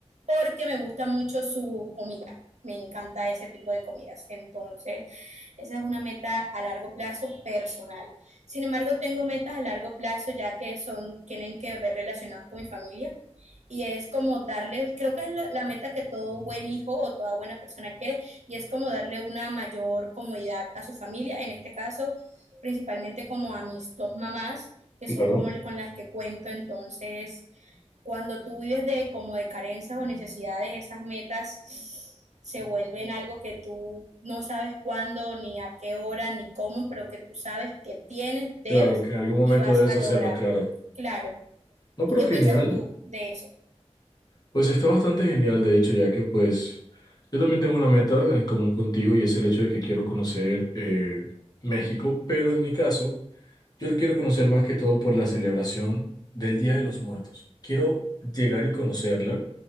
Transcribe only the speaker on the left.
Claro,
Claro, que en algún momento
debes
hacerlos,
claro.
No,
pero
genial.
Pues está bastante genial, de hecho, ya que pues yo también tengo una meta en común contigo y es el hecho de que quiero conocer eh, México, pero en mi caso... Yo lo quiero conocer más que todo por la celebración del Día de los Muertos. Quiero llegar y conocerla.